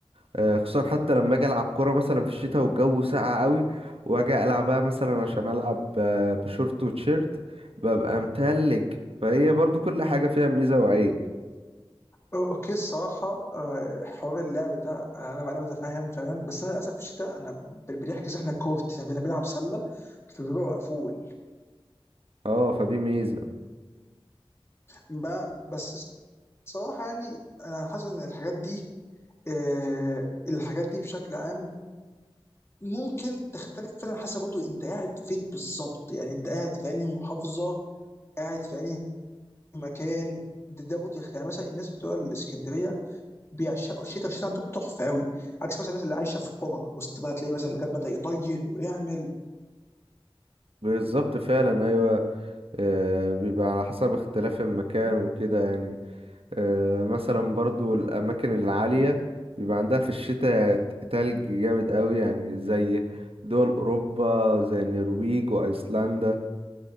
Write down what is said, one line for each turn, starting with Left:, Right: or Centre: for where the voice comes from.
Right: آه، خصوصا حتى لما اجي العب كوره مثلا في الشتاء والجو ساقع قوي واجي العبها مثلا عشان العب آه، بشورت وتيشيرت ببقى متلج فهي برضو كل حاجه فيها ميزه وعيب
Left: اوكي الصراحه آه، حوار اللعب ده آه، انا انا بتفهم فعلا بس انا للاسف في الشتاء انا ب- بنحجز احنا كورت احنا بن- بنلعب سله فبيبقى مقفول
Right: اه فدي ميزه
Left: ما بس الصراحه يعني انا حاسس ان الحاجات دي آه، الحاجات دي بشكل عام ممكن تختلف فعلا حسب برضه انت قاعد فين بالظبط يعني انت قاعد في انهي محافظه قاعد في انهي مكان ده, ده برضه يخ- يعني مثلا الناس بتوع الاسكندريه بيعشقوا الشتاء والشتاء عندهم تحفه قوي عكس مثلا الناس اللي عايشه في قرى وسط بقى تلاقي مثلا كان بدا يطين ويعمل
Right: بالظبط فعلا ايوه آه، بيبقى على حسب اختلاف المكان وكده يعني آه، مثلا برضو الاماكن العاليه بيبقى عندها في الشتاء تلج جامد قوي يعني زي دول اوروبا زي النرويج وايسلندا